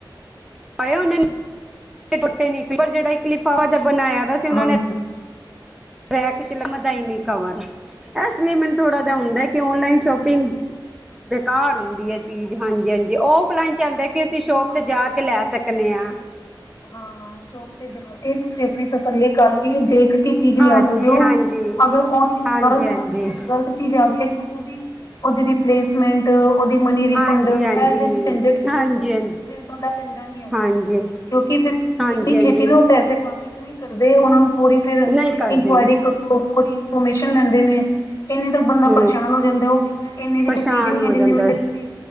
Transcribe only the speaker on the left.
ਔਨਲਾਈਨ
ਹਾਂਜੀ-ਹਾਂਜੀ
ਤੁਸੀਂ
ਹਾਂ ਸ਼ੋਪ ਤੇ ਜਾ ਕੇ ਤੁਸੀਂ ਆਪਨੀ ਤਸੱਲੀ ਕਰਕੇ ਦੇਖ ਕੇ ਚੀਜ਼
ਲਿਆ ਸਕਦੇ ਹੋ
ਅਗਰ ਓਨਲੀ
ਗਲਤ
ਆ ਗਈ ਗਲਤ ਚੀਜ਼ ਆ ਗਈ ਤੇ ਉਦੀ, ਉਦੀ ਰਿਪਲੇਸਮੈਂਟ ਉਹਦੀ ਮਨੀ ਰਿਫੰਡ
ਇਹ
ਉਹਦੇ ਚ ਚੰਜੜ ਵਿੱਚ
ਨਾ ਫਿਰ ਬੰਦਾ ਪੈਂਦਾ ਨੀ ਹੈਗਾ।
ਕਿਉਂਕਿ ਫਿਰ
ਇੰਨੀ
ਛੇਤੀ ਨਾ ਉਹ ਪੈਸੇ ਵਾ <unintelligible> ਕਰਦੇ ਹੁਣ ਪੂਰੀ ਫਰ
ਇੰਕੁਆਇਰੀ ਕਰੋ ਪੂਰੀ ਇਨਫੋਰਮੇਸ਼ਨ ਲੈਂਦੇ ਨੇ <unintelligible> ਬੰਦਾ
ਪਰੇਸ਼ਾਨ ਹੋ ਜਾਂਦਾ ਉਹ ਕਹਿੰਦਾ ਇੰਨੇ ਦੀ
ਤਾਂ ਚੀਜ਼ ਨਹੀਂ
ਹੈ ਜਿੰਨੇ
ਦੇ ਤੁਸੀਂ